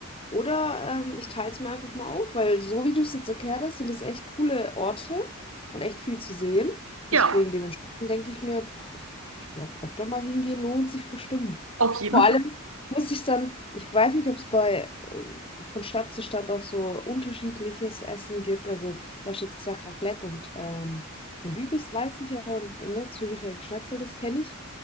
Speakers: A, on the left; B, on the right.
A: Oder ähm, ich teile es mir einfach mal auf, weil so wie du es jetzt erklärt hast, sind das echt coole Orte und echt viel zu sehen.
B: Ja,
A: Deswegen dementsprechend denke ich mir, pff, ich, ich glaube, öfter mal hingehen lohnt sich bestimmt.
B: auf jeden
A: Vor allem
B: Fall.
A: muss ich dann, ich weiß nicht, ob es bei ähm, von Stadt zu Stadt auch so unterschiedliches Essen gibt. Also Du hast jetzt gesagt, Raclette und ähm, Fondue, weiß ich ja, und ne, Züricher Schnitzel, das kenne ich.